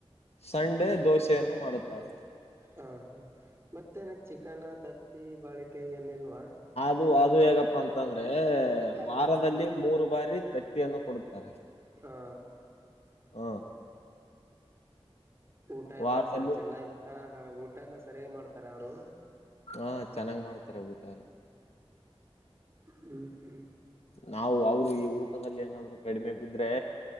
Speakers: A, on the left; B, on the right.
A: ಸಂಡೆ ದೋಸೆಯನ್ನು ಮಾಡುತ್ತಾರೆ
B: ಹಾ ಹಾ ಮತ್ತೆ ನ ಚಿಕನ್ ತತ್ತಿ ಬಾಳೆಿಕಾಯಿ ಏನೆಲ್ಲಾ <inaudible>
A: <inaudible> ಅಂತಂದ್ರೆ ವಾರದಲ್ಲಿ
B: ಹ
A: ಮೂರು. ಬಾರಿತ <inaudible> ತ್ತಿಯನ್ನು ಕೊಡುತ್ತಾರೆ.
B: ಹಾ
A: ಹ.
B: ಊಟ ಎಲ್ಲಾ
A: ವಾರದಲ್ಲಿ
B: ಸ ಚೆನ್ನಾಗಿ ಹ. ಹ ಊಟ ಎಲ್ಲಾ ಸರಿಯಾಗ್ ಮಾಡ್ತಾರ ಅವರು.
A: ಹಾ ಚೆನ್ನಾಗ್ ಮಾಡ್ತಾರೆ ಊಟ ಎಲ್ಲ.
B: ಹ್ಮ ಹ್ಮ.
A: ನಾವು ಅವ್ರು ಈ ಊಟದಲ್ಲಿ ಏನಾದ್ರು ಕಡಿಮೆ ಬಿದ್ರೆ.